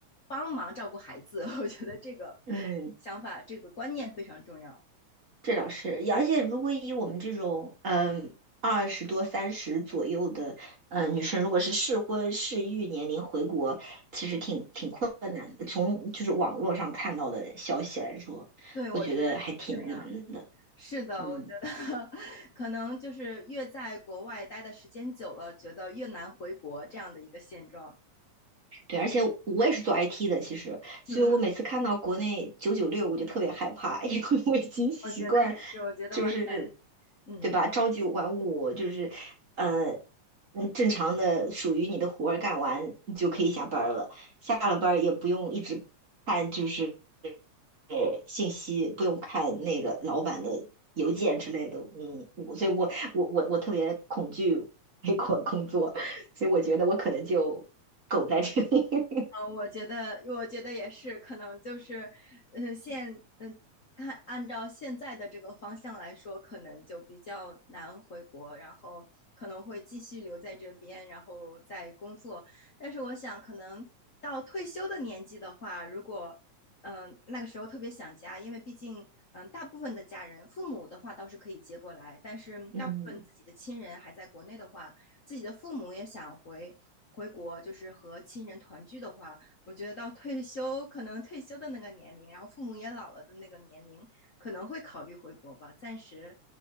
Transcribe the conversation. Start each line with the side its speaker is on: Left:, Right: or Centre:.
Left: 帮忙照顾孩子。<laughs> 我觉得这个
Right: 嗯。
Left: 想法、这个观念非常重要。
Right: 这倒是，而且如果以我们这种嗯二十多、三十左右的嗯、呃女生，如果是适婚适育年龄回国，其实挺挺困难的。从就是网络上看到的消息来说，
Left: 对，我觉得是这样。
Right: 我觉得还挺难的。
Left: 是的，
Right: 嗯。
Left: 我觉得 <laughs> 可能就是越在国外待的时间久了，觉得越难回国这样的一个现状。
Right: 对，而且我也是做 IT 的，其实，所以我每次看到国内九九六，
Left: 嗯嗯，
Right: 我就特别害怕，<laughs> 因为我已经习惯，
Left: 我觉得也是，我觉得完全，
Right: 就是，
Left: 嗯，
Right: 对吧？朝九晚五，就是，嗯嗯，正常的属于你的活儿干完，你就可以下班儿了。下了班儿也不用一直看，就是呃信息，不用看那个老板的邮件之类的。嗯，我所以我，我我我特别恐惧美国工作，<laughs> 所以我觉得我可能就苟在这里。
Left: 嗯，我觉得，我觉得也是，可能就是，嗯，现，嗯，看按照现在的这个方向来说，可能就比较难回国，然后可能会继续留在这边，然后再工作。但是我想，可能到退休的年纪的话，如果，嗯，那个时候特别想家，因为毕竟，嗯，大部分的家人，父母的话倒是可以接过来，但是大部分自己的亲人还在国内的话。
Right: 嗯
Left: 自己的父母也想回回国，就是和亲人团聚的话，我觉得到退休可能退休的那个年龄，然后父母也老了的那个年龄，可能会考虑回国吧。暂时